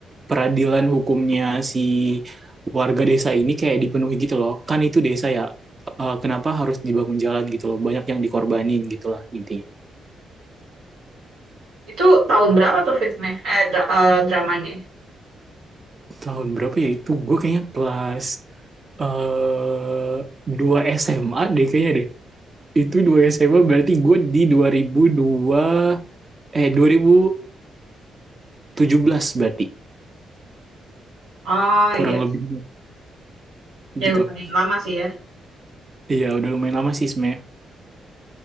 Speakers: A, on the right; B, on the right.
A: peradilan hukumnya si warga desa ini kayak dipenuhi gitu loh. Kan itu desa ya, eh, kenapa harus dibangun jalan gitu loh? Banyak yang dikorbanin gitulah intinya.
B: Itu tahun berapa tuh filmnya? Eh, dra- eh, dramanya.
A: tahun berapa ya itu gue kayaknya kelas eh 2 SMA deh kayaknya deh. Itu 2 SMA berarti gue di dua ribu dua eh dua ribu tujuh belas berarti
B: Oh
A: kurang
B: iya.
A: lebih gitu.
B: Ya lumayan lama sih ya.
A: Iya udah lumayan lama sih sebenarnya.